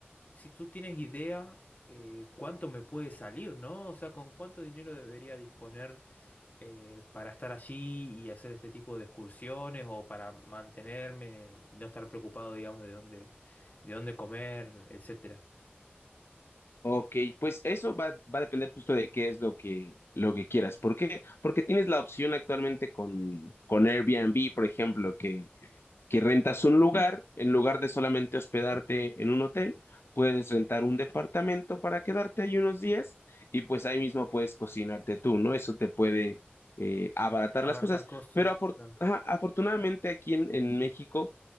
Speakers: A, on the left (about 40°); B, on the left (about 70°).
A: si tú tienes idea, eh, cuánto me puede salir, ¿no? O sea, con cuánto dinero debería disponer eh, para estar allí y hacer este tipo de excursiones o para mantenerme y no estar preocupado, digamos, de dónde, de dónde comer, etcétera.
B: Ok, pues eso va, va a depender justo de qué es lo que, lo que quieras. ¿Por qué? Porque tienes la opción actualmente con, con Airbnb, por ejemplo, que, que rentas un lugar, en lugar de solamente hospedarte en un hotel, puedes rentar un departamento para quedarte ahí unos días y pues ahí mismo puedes cocinarte tú, ¿no? Eso te puede eh, abaratar
A: Abartar
B: las cosas.
A: costos,
B: Pero afor-
A: claro.
B: ajá, afortunadamente aquí en, en México